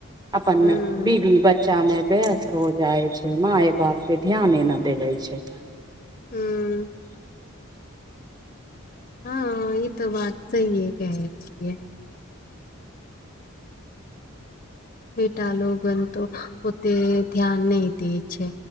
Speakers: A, on the right; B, on the left.
A: अपन
B: हूँ
A: बीबी बच्चा मे व्यस्त हो जाइत छै माइ बाप पे ध्याने नहि देै छै
B: हुँ हँ ई तऽ बात सहि‌ ए कहै छियै बेटा लोगन त ओते ध्यान नहि दय छै